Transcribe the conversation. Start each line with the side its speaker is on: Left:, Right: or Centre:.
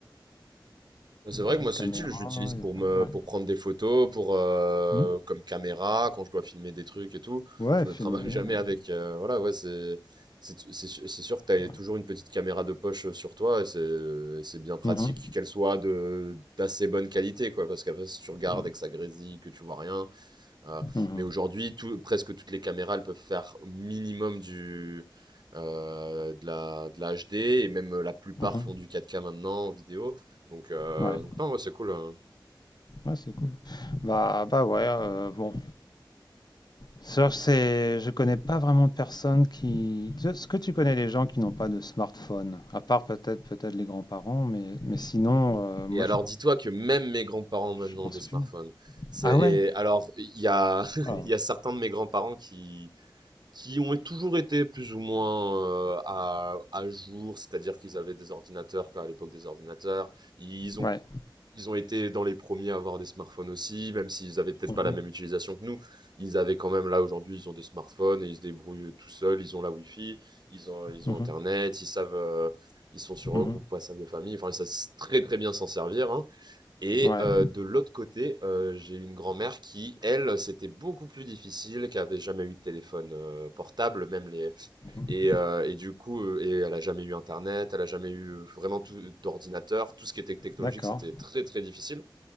Right: Bah, c'est vrai
Left: truc
Right: que moi c'est
Left: caméra,
Right: utile, je l'utilise
Left: et
Right: pour
Left: puis-
Right: me
Left: ouais.
Right: pour prendre des photos, pour euh,
Left: Hmm
Right: comme caméra quand je dois filmer des trucs et tout.
Left: Ouais,
Right: Je me
Left: filmer,
Right: travaille <laughs> jamais
Left: ouais.
Right: avec euh, voilà ouais c'est c'est c'est su- c'est sûr que t'as
Left: Ouais.
Right: toujours une petite caméra de poche euh, sur toi et c'est et c'est bien pratique
Left: Mhm.
Right: qu'elle soit de d'assez bonne qualité quoi parce qu'après si tu regardes
Left: Mhm.
Right: et que ça grésille que tu vois rien Heu,
Left: Mhm.
Right: mais aujourd'hui, tout presque toutes les caméras, elles peuvent faire au minimum du, heu, de la de la HD et même, heu, la plupart
Left: Mhm.
Right: font du 4K maintenant en vidéo. Donc, heu,
Left: Ouais.
Right: donc non, ouais, c'est cool, heu
Left: Ouais, c'est cool. Bah bah ouais, euh, bon. Ça, c'est, je connais pas vraiment de personnes qui. Tu- Est-ce que tu connais les gens qui n'ont pas de smartphone? À part peut-être peut-être les grands-parents, mais, mais sinon, euh, moi
Right: et alors
Left: je
Right: dis-toi que même mes grands-parents maintenant
Left: je pense
Right: ont des smartphones.
Left: plus.
Right: C'est
Left: Ah ouais?
Right: et alors il y a <laughs>
Left: Ah,
Right: il y a certains de mes grands-parents qui qui ont toujours été plus ou moins, heu, à à jour, c'est-à-dire qu'ils avaient des ordinateurs, quoi, à l'époque des ordinateurs. Ils
Left: ouais.
Right: ont Ils ont été dans les premiers à avoir des smartphones aussi, même s'ils avaient peut-être
Left: Mhm,
Right: pas la même utilisation que nous. Ils avaient quand même, là, aujourd'hui, ils ont des smartphones et ils se débrouillent tout seuls. Ils ont la Wi-Fi, ils ont, ils
Left: mhm,
Right: ont Internet, ils savent, euh, ils sont sur
Left: mhm.
Right: un groupe WhatsApp de famille. Enfin, ils savent très, très bien s'en servir, hein. Et
Left: Ouais.
Right: euh, de l'autre côté, euh, j'ai une grand-mère qui, elle, c'était beaucoup plus difficile, qui avait jamais eu de téléphone euh, portable, même les
Left: Mhm.
Right: et, euh, et du coup, euh, et elle a jamais eu Internet, elle a jamais eu euh, vraiment tout d'ordinateur, tout ce qui était technologique,
Left: D'accord.
Right: c'était très très difficile.